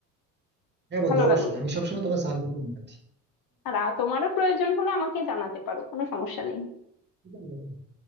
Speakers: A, on the right; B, on the left.
A: হ্যাঁ বন্ধু
B: ভালো
A: অবশ্যই
B: লাগলো
A: আমি সবসময় তোমার সাহায্য করতে রাজি আছি।
B: আর আহ, তোমারও প্রয়োজন হলে আমাকে জানাতে পারো কোনো সমস্যা নেই
A: ধন্যবাদ